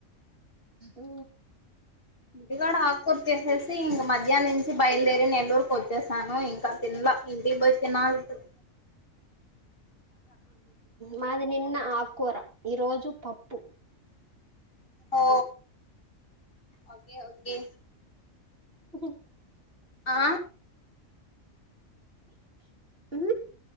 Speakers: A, on the right (about 45°); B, on the left (about 40°).
A: ఉ
B: ఇంటికాడ ఆకూర చేసేసి ఇంక మధ్యాహ్న నుంచి బయలుదేరి నెల్లూరుకి వచ్చేసాను ఇంకా తిన్ల కా ఇంటికి బోయి తినాలి ఇప్పుడు
A: మాది నిన్న ఆకూర ఈరోజు పప్పు
B: ఓ ఓకే ఓకే
A: ఉహు
B: ఆ
A: ఉ